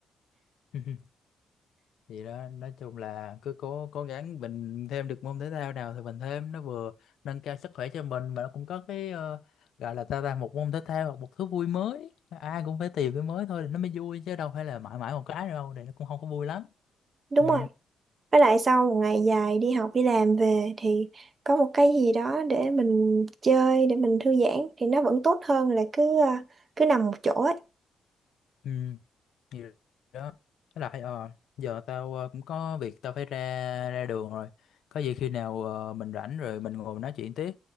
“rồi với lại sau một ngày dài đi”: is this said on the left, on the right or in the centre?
Right